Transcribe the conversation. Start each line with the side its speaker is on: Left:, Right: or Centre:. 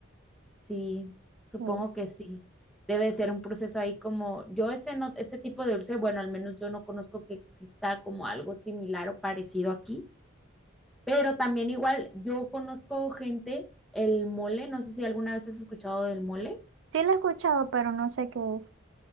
Centre: Sí, supongo
Right: Sí,
Centre: que sí. Debe ser un proceso ahí como, yo ese no, ese tipo de dulce, bueno, al menos yo no conozco que exista como algo similar o parecido aquí, pero también igual yo conozco gente, el mole, no sé si alguna vez has escuchado del mole.
Right: sí lo he escuchado, pero no sé qué es.